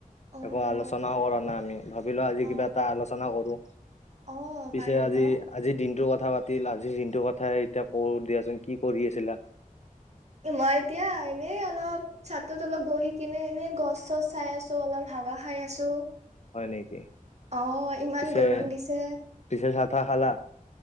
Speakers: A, on the right; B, on the left.
A: অ
B: একো
A: অ
B: আলোচনাও কৰা নাই আমি, ভাবিলোঁ আজি
A: অ
B: কিবা এটা আলোচনা কৰোঁ।
A: অ
B: পিছে
A: পাৰি
B: আজি
A: ন
B: আজিৰ দিনটোৰ কথা কথা পাতিল, আজি দিনটো কথাই এতিয়া কওঁ দিয়াচোন, কি কৰি আছিলা?
A: মই এতিয়া এনেই অলপ চাতত অলপ বহি কিনে এনেই গছ চব চাই আছোঁ, অলপ হাবা খাই আছোঁ।
B: হয় নেকি?
A: অ' ইমান
B: পিছে
A: গৰম দিছে,
B: পিছে চাহ তাহ খালা